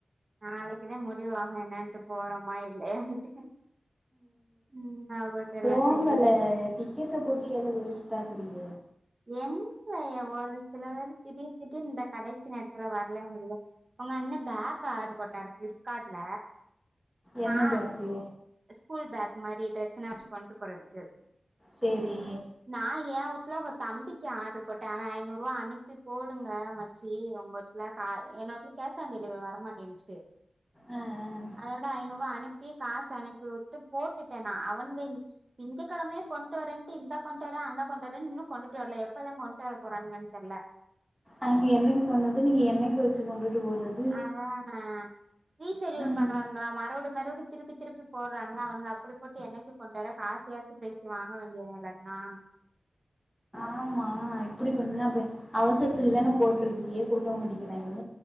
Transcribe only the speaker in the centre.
போங்கல
டிக்கெட்ட போட்ட ஏலே வேஸ்ட் ஆக்கிறீக
என்ன பேக்கு
சேரி
ஆ ஆ
அவங்க என்னைக்கு கொண்டு வந்து நீங்க என்னைக்கு வச்சி கொண்டுட்டு போறது
ம்
ஆமா இப்படி பண்னா அவசரத்துக்கு தானே போட்டிருக்கி குடுக்க மாட்டக்கிறேங்க